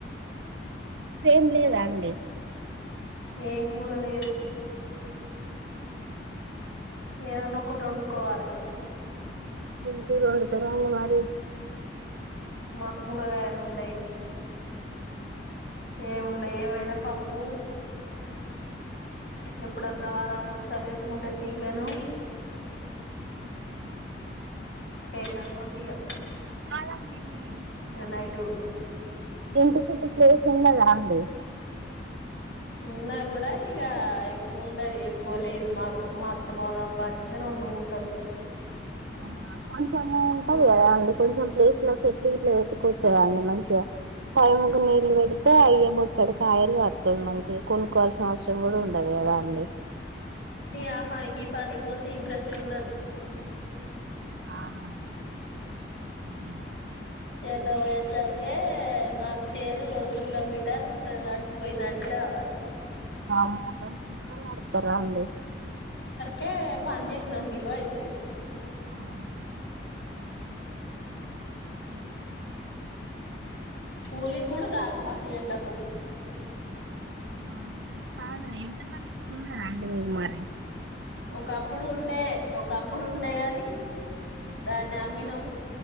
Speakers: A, on the right (about 80°); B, on the left (about 75°).
A: ఇప్పుడు ఏం లేదా అండి
B: ఏం కూరలేదు ఏదన్నా ఒకటి వండుకోవాలి
A: ఏమి కూర వండుతున్నావు మరి,
B: మా కూరగాయలు ఉండవు ఏం ఉండవు ఏమైనా పప్పు ఎప్పుడన్న వారానికి ఒకసారి తెచ్చుకుంటే చికెన్
A: హా హా
B: చేద నోటిగా
A: కాదండి మీ ఇంటి చుట్టూ
B: నైటు
A: మీ ఇంటి చుట్టూ చిన్నద అంది
B: ఉన్నా కూడా ఇగ ఎక్కువ ఉండదు ఎక్కువ లేదు మాకు మా అత్తం అదా పంచింది రెండు గుంటలు
A: నా కొంచెము ఉంటది కదా అండి కొంచెం ప్లేస్ లో చెట్లు ఇట్లో పెట్టుకచేదండి మంచిగా టైం కి నీళ్ళలు పెడితే అయబచ్చాడు కాయలు కతాడు మంచిగా కొనుక్కోవాల్సిన అవసరం కూడా ఉండదు కదా అండి
B: ఆ పనికి ఈ పని పోతే ఇంట్రెస్ట్ ఉండదు
A: ఆ హు హు
B: సేన్న ఉచ్చారుకే మాకు సేను రెం కిలోమీటర్లు ఉంటది నడిచిపోయి నడిచి రావాలి
A: వామ్మో గంట దూరం నడుస్తారా అండి
B: కే పని చేసినంత విలువ అయితది
A: అవునా
B: <unintelligible> కూలీకి కూడా రారు మా చేనులకు
A: ఓహ్ అవునా కదా ఎడ్ల బండి గిట్ల ఉందా అంటవకు మారే
B: ఒకప్పుడు ఉండే ఒకప్పుడు ఉండేగాని కానీ దాన్ని అమ్మిన